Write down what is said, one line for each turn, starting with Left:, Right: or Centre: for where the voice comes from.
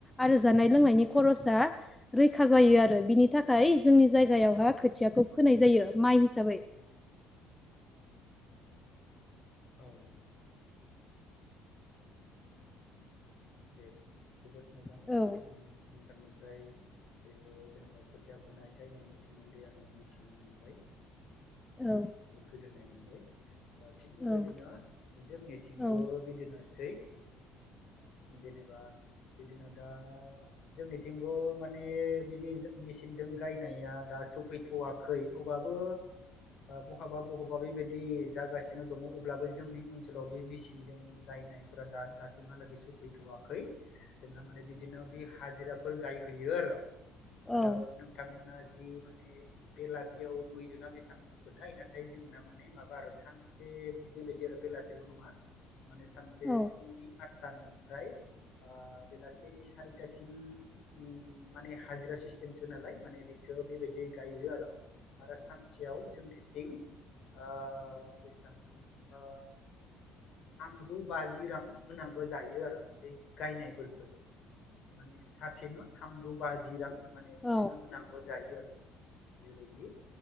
Centre: आरो जानाय लोंनायनि खरसा रैखा जायो आरो बिनि थाखाय जोंनि जायगायावहा खोथियाखौ फोनाय जायो माइ हिसाबै।
Left: औ दे जोबोद मोजां
Centre: औ
Left: नोंथांनिफ्राय बेखौ जेनेबा खुथिया फुनाय गायनायनि सोमोन्दै आङो मिथिनो मोनबाय।
Centre: औ
Left: गोजोननाय मोनबाय। थिग बेबायदिनो
Centre: औ
Left: जोंनिथिंबो
Centre: औ
Left: बिदिनोसै जेनेबा बिदिनो दा जोंनिथिंबो माने बिदि मेचिनदों गायनाया दा सफैथ'वाखै अबाबबो बहाबा बहाबा बेबायदि जागासिनो दङ अब्लाबो जोंनि ओनसोलाव बे मेसिनजों गायनायफोरा दा दासिमहालागै सौफै थ'वाखै जोंहा माने बिदिनो बे हाजिराफोर गायहैयो आरो।
Centre: औ
Left: आरो नोंथांमोना जि माने बेलासियाव बेसेबांफोर खोथाय नाथाय जोंना माने माबा आरो सानसे बेबायदि आरो बेलासेल' नङा माने सानसे
Centre: औ
Left: फुंनि आटटानि ओमफ्राय ओ बेलासिनि सारिथासिम उम माने हाजिरा सिस्टेमसो नालाय माने बेखो बेबायदि गायो आरो। आरो सानसेयाव जोंनिथिं ओ बेसां ओ थामजौ बाजि रां होनांगौ जायो आरो बे गायनायफोरखो। माने सासेनो थामजौ बाजि रां माने बिसोरनो
Centre: औ
Left: होनांगौ जायो आरो। बेबायदि।